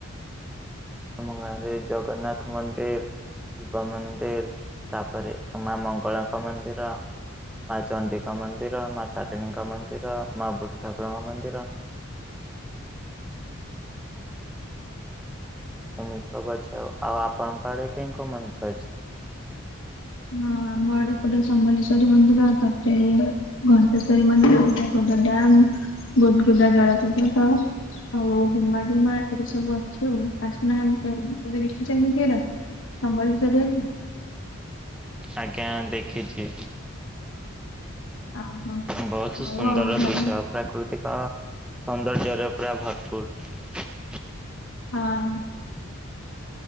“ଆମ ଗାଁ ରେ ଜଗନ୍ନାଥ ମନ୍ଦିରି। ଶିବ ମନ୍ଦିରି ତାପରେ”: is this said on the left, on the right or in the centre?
Centre